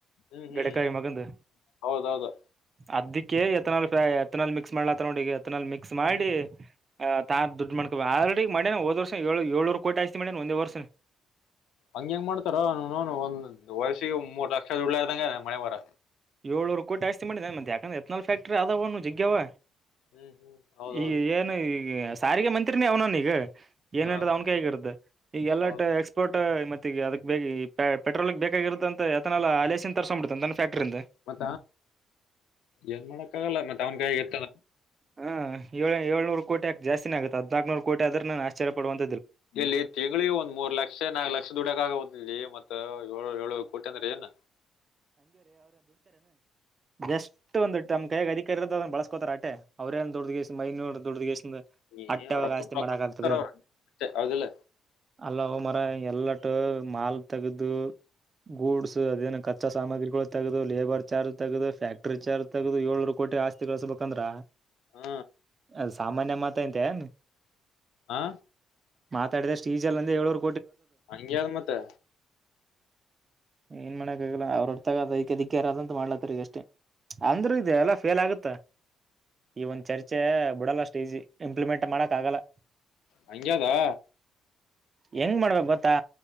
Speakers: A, on the left (about 85°); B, on the right (about 40°).
A: ಹ್ಮ್ ಹ್ಮ್
B: ಗಡಕಾಯಿ ಮಗಂದು
A: ಹೌದೌದು
B: ಅದಕ್ಕೆ ಎತ್ತನಾಲ್- ಎತ್ನಾಲ್ ಮಿಕ್ಸ್ ಮಾಡ್ಲತ್ತ ನೋಡಿ ಎತ್ತನಾಲ್ ಮಿಕ್ಸ್ ಮಾಡಿ. ಆತಾ ದುಡ್ಡು ಮಾಡ್ಕೋಬ ಆಲ್ರೆಡಿ ಮಾಡೇನ ಹದ್ ವರ್ಷ ಏಳ ಏಳ್ರು ಕೋಆಯ್ತಿ ಮಾಡೇನ ಒಂದೇ ವರ್ಷ
A: ಹಂಗ ಹೆಂಗ್ ಮಾಡ್ತಾರ ನನು ಒಂದ್ ವರ್ಷಿ ಒ ಮೂರ್ ಲಕ್ಷ ದುಡ್ಲಾ ಇ್ದಂಗ ಮನೆವರ.
B: ಏಳ್ನೂರು ಕೋಟಿ ಆಸ್ತಿ ಮಾಡಿದ ಮತ್ತ ಯಾಕಂದೆ ಎತ್ನಾಲ್ ಫ್ಯಾಕ್ಟ್ರ ಅದನು ಜಗ್ಗಾವವ.
A: ಹ್ಮ್ ಹ್ಮ್ ಹೌದೌದು
B: ಈಗ ಏನು ಈಗ ಸಾರಿಗೆ ಮಂತ್ರಿನ ಅವನಾನ ಈಗ ಏನೇ
A: ಹಾ ಹಾ
B: ಅವ್ನಕ ಹಗಿರುತ್ತೆ ಈಗ ಎಲ್ಲ
A: ಹೌದು
B: ಎಕ್ಸ್ಪರ್ಟ್ ಮತ್ತೆ‌ ಅದಕ್ ಬೇಕ ಪೆಟ್ರೋಲ್ ಬೇಕಾಗಿರುತ್ತ ಅಂತ ಯತನಲ್ಲ ಅಲೇಸನ್ ತರ್ಸಕ್ ಬಿತ ಅ ತನ್ನ ಫ್ಯಾಕ್ಟ್ರಿಂದ
A: ಮತ್ತ ಏನ್ ಮಾಡಕ್ಕ ಆಗಲ್ಲ ಮತ್ತೆ ಅವನ್ಕಾಯ ಇರ್ತದ.
B: ಹಾಂ ಏಳ್ ಏಳ್ನೂರು ಕೋಟಿ ಆಕ ಜಾಸ್ತಿನಗುತ್ತ ಹದ್ಕನೂರು ಕೋಟ ಆದ್ರ ನು ಆಶ್ಚ್ಯಡುವಂತ
A: ಇಲ್ಲಿ ತಿಂಗಳಿ ಒಂದ್ ಮೂರ್ ಲಕ್ಷ ನಾಲ್ಕು ಲಕ್ಷ ದುಡಕ ಆಗುದ ಇಲ್ಲಿ ಮತ್ತೆ. ಏಳು ಏಳು ಕೋಟಿ ಅಂದ್ರೆ ಏನ
B: ಬೆಸ್ಟ್ ಒಂದ್ ನಮ ಕೈಗ ಅದ ಕ ಇರದ್ ಬಳಸ್ಕೋತಾರೆ ಆಟೆ ಅವ್ರೇಏ ದುಡಗೆಷ್ಟ ಮೈನೂರುದುಡ್ದಗೆ ಎಷ್ಟ
A: ಏ
B: ಅಟ್ಟೆಗ
A: ರೊಕ್ಕ
B: ಆಸ್ತಿ
A: ರೊಕ್ಕ
B: ಮಾಡಕ
A: ಕೊಡ್ತಾರ
B: ಆಗ್ತದೆ ಹೇಳ
A: ಅವ್ರ ಹೌದಿಲ್ಲ
B: ಆಲೋ ಮತ್ತೆ, ಎಲ್ಲಟ ಮಾಲ್ ತೆಗದು ಗೂಡ್ಸ್ ಅದೇನ ಕತ್ತ- ಗಿಗಳು ತಗದು ಲೇಬರ್ ಚಾರ್ಜ್ ತಗದು ಫ್ಯಾಕ್ಟ್ರಿ ಚಾರ್ಜ್ ತಗದು ಏಳ್ನೂರು ಕೋಟಿ ಆಸ್ತಿ ಕಳಿಸಸ್ಬೇಕಂದ್ರ.
A: ಹಾ
B: ಅದ ಸಾಮಾನ್ಯ ಮಾತ ಐತೆ ಏನ್,
A: ಹಾ
B: ಮಾತಾಡಿದಷ್ಟು ಈಜ ಅಂದ್ರ ಹೇಳೋರು.
A: ಹಂಗೆಳು ಮತ್ತೆ.
B: ಏನ್ ಮಾಡಕ್ಕ ಆಗಲ್ಲ ಅವ್ರು ಹೊರ್ತಾಗ ಅದಕ್ಕೆದಿಕ್ಕೆ ಯಾರದಂತೂ ಮಾಡ್ಲತ್ತರಿ ಈಗ ಅಷ್ಟೇ. ಅಂದ್ರೂ ಇದೆ ಎಲ್ಲ ಫೇಲ್ ಆಗುತ್ತ. ಈ ಒಂದ ಚರ್ಚೆ ಬಿಡಲ್ಲ ಅಷ್ಟು ಈಸಿ ಇಂಪ್ಲಿಮೆಂಟ್ ಮಾಡಕ್ ಆಗಲ್ಲ.
A: ಹಂಗದಾ
B: ಹೆಂಗ್ ಮಾಡ್ಬೇಕಕ್ ಗೊತ್ತಾ